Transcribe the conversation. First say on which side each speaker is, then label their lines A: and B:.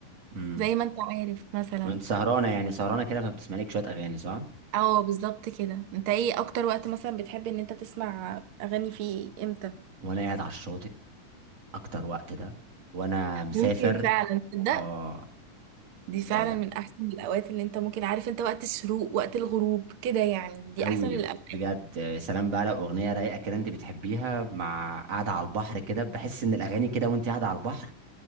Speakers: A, on the right; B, on the right.
A: امم
B: زي ما انت عارف مثلا
A: وانت سهرانه يعني سهرانه كده فبتسمعي لك شويه اغاني صح
B: اه بالظبط كده انت ايه اكتر وقت مثلا بتحب ان انت تسمع اغاني فيه امتى
A: وانا قاعد على الشاطئ اكتر وقت ده وانا مسافر
B: ممكن فعلا تصدق
A: اه
B: دي
A: تبقى
B: فعلا
A: جا-
B: من احسن الاوقات اللي انت ممكن عارف انت وقت الشروق وقت الغروب كده يعني دي
A: قوي
B: احسن الاوقات
A: بجد يا سلام بقى لو اغنيه رايقه كده انت بتحبيها مع قاعده على البحر كده بحس ان الاغاني كده وانت قاعده على البحر